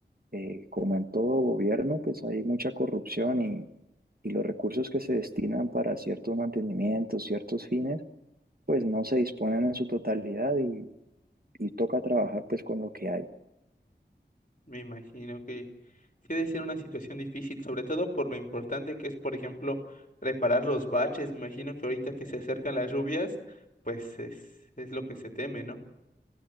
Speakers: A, on the right; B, on the left.
A: eh, como en todo gobierno, pues hay mucha corrupción y, y los recursos que se destinan para ciertos mantenimientos, ciertos fines, pues no se disponen en su totalidad y, y toca trabajar pues con lo que hay.
B: me imagino que sí ha de ser una situación difícil, sobre todo por lo importante que es, por ejemplo, reparar los baches, me imagino que ahorita que se acercan las lluvias, pues es, es lo que se teme, ¿no?